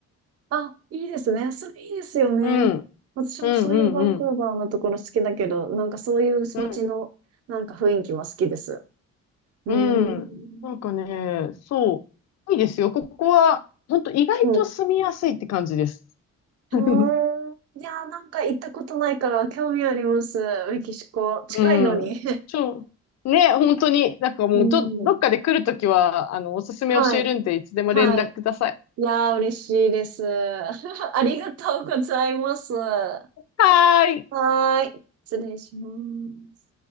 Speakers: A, on the right (about 50°); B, on the left (about 60°).
A: あ、いいですね。それいいですよね。
B: うん、
A: 私もそういうバンクーバーのところ好きだけど、
B: うん、うん、うん、
A: なんかそういう街のなんか雰囲気は好きです。
B: う
A: うーん。
B: ん、うん。なんかね、そう、いいですよ。ここは、本当意外と住みやすいって感じです。
A: うんうん。うーん。
B: <laughs>
A: いやー、なんか行ったことないから興味あります。メキシコ。近いのに。
B: うん。ちょ、ね、本当に、なんかもう、
A: <laughs> うん。
B: ど、どっかで来るときは、あの、おすすめ教えるんで、
A: <laughs> はい。
B: いつでも連絡ください。
A: はい。いやー、嬉しいです。<laughs> ありがとうございます。は
B: はーい。
A: ーい。失礼します。